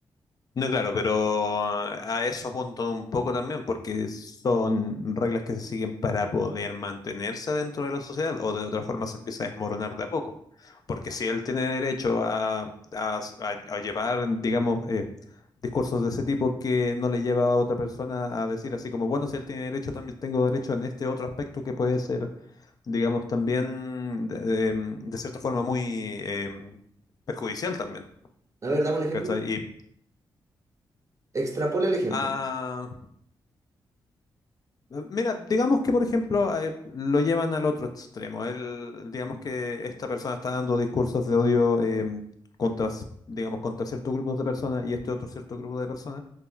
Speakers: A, on the left; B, on the right.
A: No, claro, pero a eso apunto un poco también, porque son reglas que se siguen para poder mantenerse dentro de la sociedad, o de otra forma se empieza a desmoronar de a poco. Porque si él tiene derecho a, a- a- a llevar, digamos, eh, discursos de ese tipo que no le lleva a otra persona a decir así como, bueno, si él tiene derecho, también tengo derecho en este otro aspecto que puede ser digamos, también de, em, de cierta forma muy em, perjudicial también,
B: a ver, dame un ejemplo.
A: ¿cachai? Y,
B: Extrapola el ejemplo,
A: ah, Ah, Mira, digamos que por ejemplo eh, lo llevan al otro extremo. Él, digamos que esta persona está dando discursos de odio em, contra, s- digamos, contra ciertos grupos de personas y este otro cierto grupo de personas